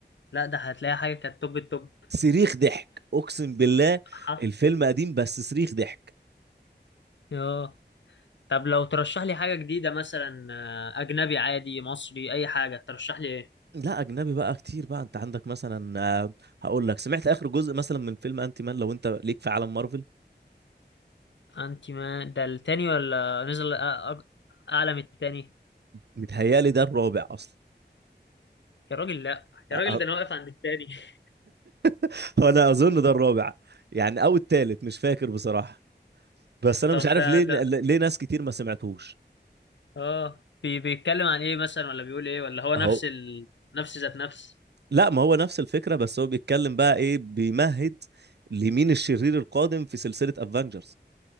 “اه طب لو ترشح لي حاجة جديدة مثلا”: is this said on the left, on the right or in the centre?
Left